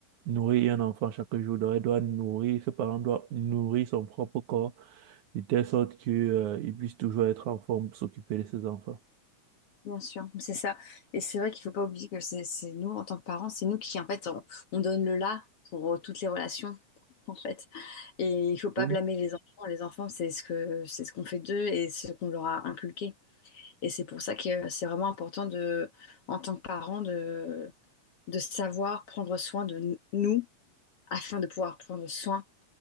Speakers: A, on the right; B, on the left.
A: nourrir un enfant chaque jour, donc doit nourrir, ce parent doit nourrir son propre corps de telle sorte que euh, il puisse toujours être en forme pour s'occuper de ses enfants.
B: Bien sûr, c'est ça. Et c'est vrai qu'il faut pas oublier que c'est c'est nous, en tant que parents, c'est nous qui, en fait, on, on donne le là pour euh, toutes les relations, en fait. Et il faut pas
A: Oui,
B: blâmer les enfants. Les enfants, c'est ce que, c'est ce qu'on fait d'eux et ce qu'on leur a inculqué. Et c'est pour ça que euh, c'est vraiment important de, en tant que parents, de, de savoir prendre soin de n- nous afin de pouvoir prendre soin,